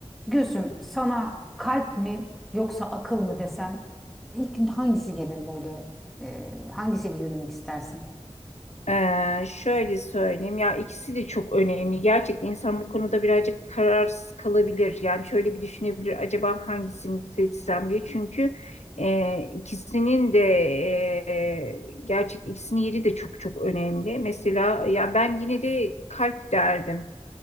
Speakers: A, in the centre; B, on the left.
A: Gülsüm, sana kalp mi yoksa akıl mı desem ilk hangisi gelir böyle e, hangisiyle yürümek istersin?
B: Ee, şöyle söyleyeyim ya ikisi de çok önemli. Gerçekten insan bu konuda birazcık kararsız kalabilir. Yani şöyle bir düşünebilir acaba hangisini seçsem diye. Çünkü e, ikisinin de e, gerçek ikisinin yeri de çok çok önemli. Mesela ya ben yine de kalp derdim.